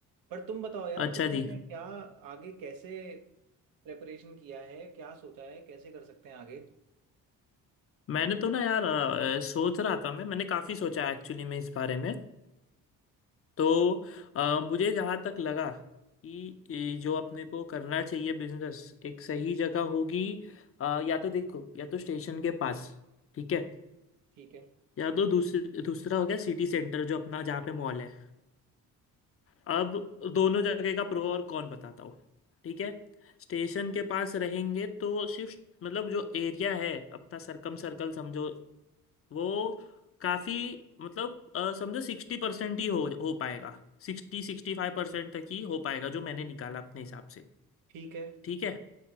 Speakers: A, on the right; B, on the left.
A: पर तुम बताओ यार
B: अच्छा
A: तुमने
B: जी
A: क्या आगे कैसे प्रेपरेशन किया है क्या सोचा है कैसे कर सकते हैं आगे
B: मैंने तो ना यार अ, सोच रहा था मैं मैंने काफी सोचा एक्चुअली में इस बारे में तो अ, मुझे जहाँ तक लगा कि ये जो अपने को करना चाहिए बिजनेस एक सही जगह होगी अ, या तो देखो या तो स्टेशन के पास ठीक है
A: ठीक है
B: या तो दूसर, दूसरा हो गया सिटी सेंटर जो अपना जहाँ पे मॉल है अब दोनों जगह का प्रो और कॉन बताता हूँ ठीक है स्टेशन के पास रहेंगे तो सिर्फ मतलब जो एरिया है अपना सरकम सर्कल समझो वो काफ़ी मतलब अ, समझो सिक्सटी परसेंट ही हो हो पाएगा सिक्सटी सिक्सटी फाइव परसेंट तक ही हो पाएगा जो मैंने निकाला अपने हिसाब से
A: ठीक है
B: ठीक है